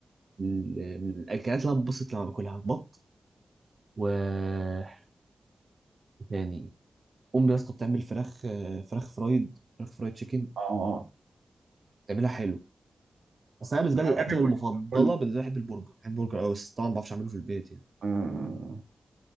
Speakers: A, on the right; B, on the right.
A: ال- من الاكلات اللي انا ببسط لما باكلها البط و إيه تاني امي يا اسطى بتعمل فراخ فراخ فرايد فراخ فرايد تشيكن
B: اه
A: بتعملها حلو بس انا بالنسبه
B: أنا
A: لي الاكله المفضله
B: كل
A: بالنسبه لي بحب البرجر بحب البرجر قوي بس طبعا ما بعرفش اعمله في البيت يعني
B: آه.